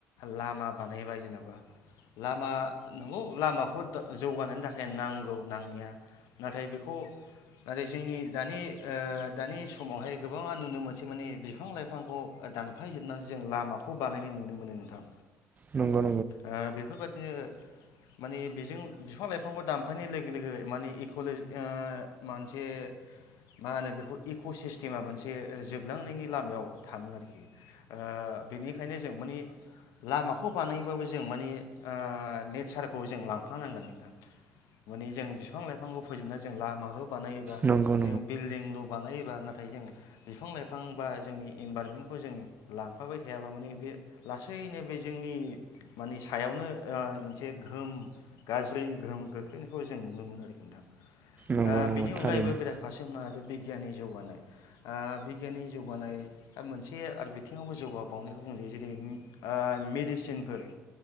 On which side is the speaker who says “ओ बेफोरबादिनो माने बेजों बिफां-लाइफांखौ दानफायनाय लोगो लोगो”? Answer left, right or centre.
Left